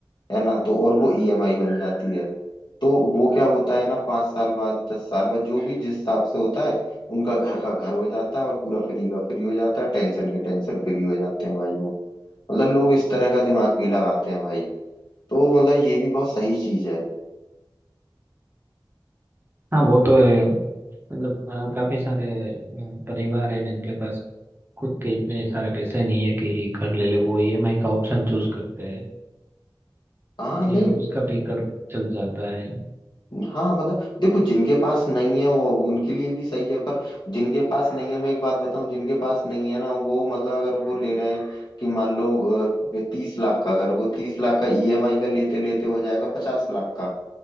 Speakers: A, on the left (about 60°); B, on the right (about 25°).
A: है ना तो और वो ईएमआई बन जाती है तो वो क्या होता है ना पाँच साल बाद दस साल बाद जो भी जिस हिसाब से होता है उनका घर का घर हो जाता है और पूरा फ्री का फ्री हो जाता है टेंशन के टेंशन फ्री हो जाते हैं भाई वो मतलब लोग इस तरह का दिमाग भी लगाते हैं भाई तो मतलब ये भी बहुत सही चीज है
B: हाँ वो तो है मतलब अ, काफी सारे अ, परिवार है जिनके पास खुद के इतने सारे पैसे नहीं है कि कर ले ले वो ईएमआई का ऑप्शन चूज करते हैं
A: हाँ
B: इसलिए
A: नहीं
B: उसका भी कर चल जाता है
A: हाँ मतलब देखो जिनके पास नहीं है वो उनके लिए भी सही है पर जिनके पास नहीं है मैं एक बात बताऊं जिनके पास नहीं है ना वो मतलब अगर वो ले रहे हैं कि मान लो तीस लाख का अगर वो तीस लाख का ईएमआई का लेते लेते हो जाएगा पचास लाख का